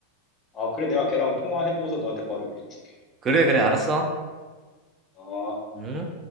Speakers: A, on the left; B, on the right.
A: 아, 그래, 내가 걔랑 통화해보고서 너한테 바로 연락 줄게.
B: 그래, 그래, 알았어.
A: 어.
B: 음.